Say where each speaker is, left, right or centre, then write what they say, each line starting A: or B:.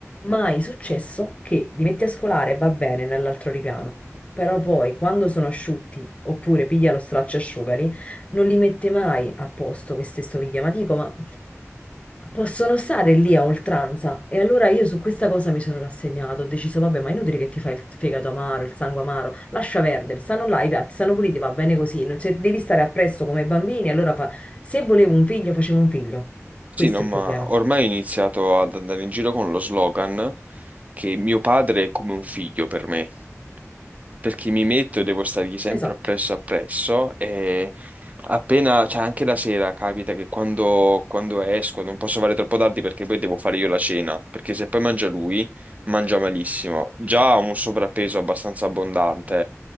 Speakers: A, on the left; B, on the right.
A: mai successo che li metti a scolare, va bene, nell'altro ripiano. Però poi, quando sono asciutti, oppure piglia lo straccio e asciugali, non li mette mai a posto queste stoviglie. Ma dico, ma possono stare lì a oltranza? E allora io su questa cosa mi sono rassegnato, ho deciso, vabbè, ma è inutile che ti fai il fegato amaro, il sangue amaro, lascia perdere, stanno là, i piatti stanno puliti, va bene così. Non- Se devi stare appresso come bambini, allora fa se volevo un figlio, facevo un figlio.
B: Sì,
A: Questo
B: no, ma
A: è il problema.
B: ormai ho iniziato ad andare in giro con lo slogan che mio padre è come un figlio per me. perché mi metto e devo stargli sempre
A: Esatto.
B: appresso appresso e appena, cioè anche la sera capita che quando, quando esco non posso fare troppo tardi perché poi devo fare io la cena, perché se poi mangia lui, mangia malissimo. Già ha un sovrappeso abbastanza abbondante